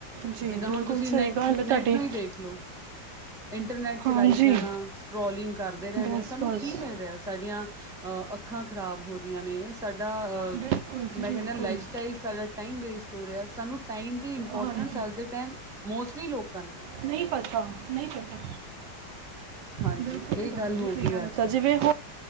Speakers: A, on the right; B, in the centre.
A: ਜੀ
B: ਜਿੱਦਾਂ
A: ਬਿਲਕੁਲ
B: ਹੁਨ ਤੁਸੀਂ
A: ਸਹੀ
B: ਨੈਟ-
A: ਗੱਲ ਹੈ ਤੁਹਾਡੀ
B: ਨੈਟ ਨੂੰ ਹੀ ਦੇਖ ਲਓ ਇੰਟਰਨੈਟ ਚਲਾਈ
A: ਹਾਂਜੀ
B: ਜਾਨਾ, ਸਕਰੋਲਿੰਗ ਕਰਦੇ ਰਹਿਨਾ
A: ਬਸ
B: ਸਾਨੂੰ
A: ਬਸ
B: ਕੀ ਮਿਲ ਰਿਹਾ ਸਾਡੀਆਂ ਅ ਅੱਖਾਂ ਖ਼ਰਾਬ ਹੋ ਰਈਆਂ ਨੇ, ਸਾਡਾ ਅਹ
A: ਬਿਲਕੁਲ ਜੀ
B: ਮੈਂ
A: ਬਿਲਕੁਲ
B: ਕਹਨਾ ਲਾਈਫ ਸਟਾਈਲ ਸਾਡਾ ਟਾਈਮ ਵੇਸਟ ਹੋ ਰਿਆ ਸਾਨੂੰ ਟਾਈਮ ਦੀ ਇੰਪੋਰਟੈਂਸ
A: ਹਾਂਜੀ
B: ਅੱਜ ਦੇ ਟਾਈਮ ਮੋਸਟਲੀ ਲੋਕਾਂ ਨੂੰ
A: ਨਈ ਪਤਾ, ਨਈ ਪਤਾ
B: ਹਾਂਜੀ
A: ਬਿਲਕੁਲ ਨਈ
B: ਇਹ
A: ਪਤਾ
B: ਗੱਲ ਹੋ
A: ਜੀ ਕਇਯਾ
B: ਗਈ
A: ਨੂੰ
B: ਅੱਜ
A: ਤਾ
B: ਕੱਲ੍ਹ
A: ਜਿਵੇਂ <unintelligible>